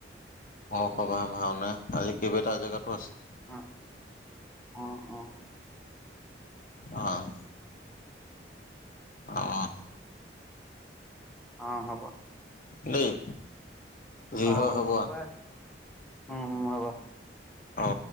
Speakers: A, on the left; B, in the centre.
A: অসবাহ ভাওনা আজি কেইবটা জেগাতো আছে।
B: অ অ অ!
A: অ' অ'
B: অ' হব।
A: দেই। যি
B: অ'
A: হয় আও
B: হ'ব উম হ'ব!
A: অ!